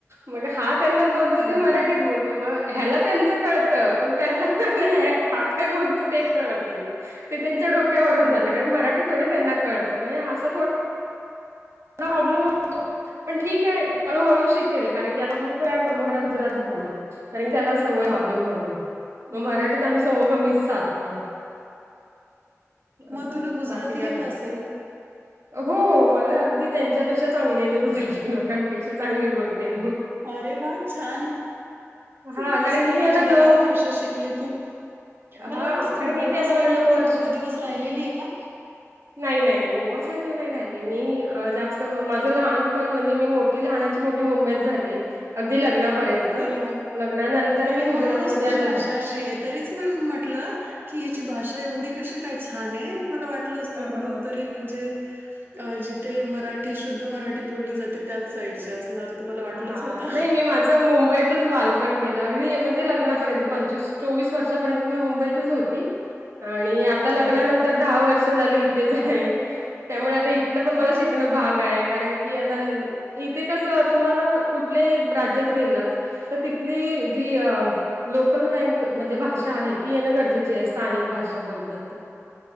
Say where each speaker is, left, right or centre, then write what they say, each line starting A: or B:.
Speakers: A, on the right; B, on the right.
A: मग हा त्यांना बलतो
B: हा
A: ते मराठीत बलतो म ह्याला त्यांचं कळतं पण त्यांना हा काय बोलतो ते त्यांना कळत नाही. वरुन
B: बरोबर
A: जात कारण मराठी थोडीच ह्याना कळत म्हणजे अस प्रॉब्लेम होतो. पण ठीक आहे हळूहळू शिकेल कारण की आता मी तो काय कर मग गुजराती बोलोतो. कारण त्याला सवय व्हावी म्हणून.
B: बरोबर
A: मग मराठीत आम्ही संवाद कमीच साधतो. असं
B: म तुला
A: आहे.
B: गुजराती
A: बाकी काय
B: येत
A: बोल
B: असेल.
A: हो हो मला अगदी त्यांच्यापेक्षा चांगली येते गुजराती लोकांपेक्षा चांगली बोलते मी.
B: अरे वा छान
A: हा
B: मस्त
A: कारण की मी
B: म्हणजे
A: आता नऊ
B: बऱ्याच भाषा शिकली तू. मला
A: हा
B: वाटतं तू
A: कारण
B: गोवा
A: की इथे आता
B: साईडला
A: मला नऊ
B: पण
A: वर्ष
B: थोडे दिवस राहिलेली आहे का.
A: नाही नाही गोवा साइडला नाही राहिली मी जास्त माझं लहान पण म्हणजे मी मोठी लहानाची मोठी मुंबईत झाली अगदी लग्ना पर्यंत
B: अरे वा
A: लग्नानंतर
B: आणि
A: मी
B: म्हणूनच
A: गुजरात मध्ये
B: तुझी
A: आता
B: भाषा तरीच म्हटले की हिची भाषा एवढी कशी काय छान आहे. वाटलंच‌ तू
A: हा
B: कुठून तरी म्हणजे अ जिथे मराठी शुद्ध मराठी बोलली जाते त्याच साईडचे असणार. मला वाटलंच
A: हा
B: होत.
A: नाही मी माझं मुंबईतच बालपण गेलं अगदी म्हणजे लग्नापर्यंत पंचवीस चोवीस वर्षापर्यंत मी मुंबईतच होती. आणि आता लग्नानंतर
B: अरे वा!
A: दहा वर्ष झालं इथेच आहे त्यामुळे आता पण मला
B: अच्छा.
A: शिकण भाग आहे कारण की आता इथे कसं तुम्हाला कुठल्याही राज्यात गेलात तर तिथली जी अ लोकल लँग्वेज म्हणजे भाषा आहे ती येणं गरजेची आहे स्थानिक भाषा बोलतात ती.